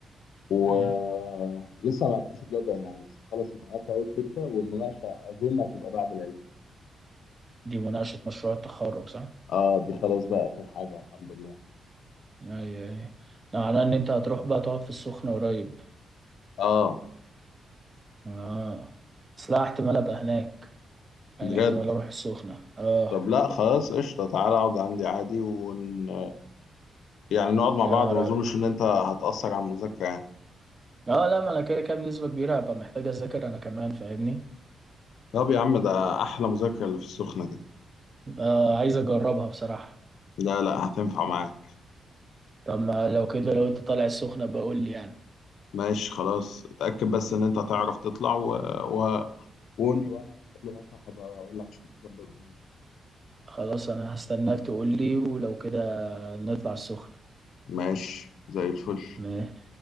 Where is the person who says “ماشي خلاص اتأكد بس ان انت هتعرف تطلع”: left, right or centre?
Left